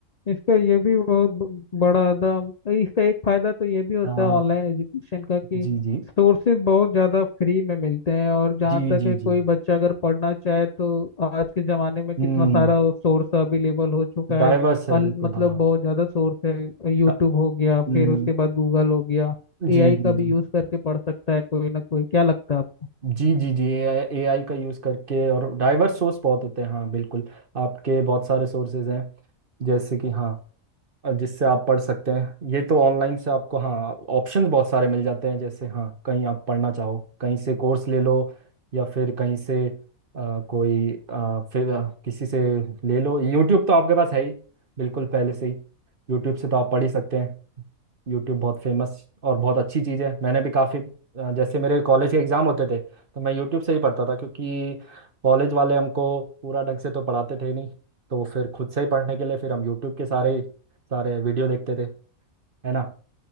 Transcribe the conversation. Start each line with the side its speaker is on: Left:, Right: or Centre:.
Left: इसका ये भी बहुत ब- बड़ा दाम इसका एक फायदा तो ये भी होता
Right: हाँ
Left: है
Right: हाँ,
Left: ऑनलाइन एजुकेशन का कि
Right: जी जी
Left: सोर्सेज बहुत ज़्यादा फ्री में मिलते हैं और जहाँ
Right: जी
Left: तक
Right: जी
Left: है कोई
Right: जी
Left: बच्चा अगर पढ़ना चाहे तो आज के ज़माने में कितना
Right: हम्म
Left: सारा सोर्स अवेलेबल हो चुका
Right: डाइवर्स
Left: है
Right: है
Left: अल,
Right: बिल्कुल
Left: मतलब
Right: हाँ
Left: बहुत ज़्यादा सोर्स है यूट्यूब
Right: हाँ,
Left: हो गया फिर
Right: हम्म।
Left: उसके बाद गूगल हो गया एआई
Right: जी जी
Left: का भी यूज़ करके पढ़ सकता है कोई ना कोई क्या लगता है आपको
Right: जी जी जी जी ए आई का यूज़ करके और डाइवर्स सोर्स बहुत होते हैं हाँ बिल्कुल आपके बहुत सारे सोर्सेज हैं जैसे कि हाँ और जिससे आप पढ़ सकते हैं ये तो ऑनलाइन से आपको हाँ ऑप्शंस बहुत सारे मिल जाते हैं जैसे हाँ कहीं आप पढ़ना चाहो कहीं से कोर्स ले लो या फिर कहीं से अ, कोई अ, फिर अ, किसी से ले लो यूट्यूब तो आपके पास है ही बिल्कुल पहले से ही यूट्यूब से तो आप पढ़ ही सकते हैं यूट्यूब बहुत फेमस और बहुत अच्छी चीज़ है मैंने भी काफ़ी जैसे मेरे कॉलेज के एग्ज़ाम होते थे तो मैं यूट्यूब से ही पढ़ता था क्योंकि कॉलेज वाले हमको पूरा ढंग से तो पढ़ाते थे नहीं तो फिर खुद से ही पढ़ने के लिए फिर हम यूट्यूब के सारे सारे वीडियो देखते थे है ना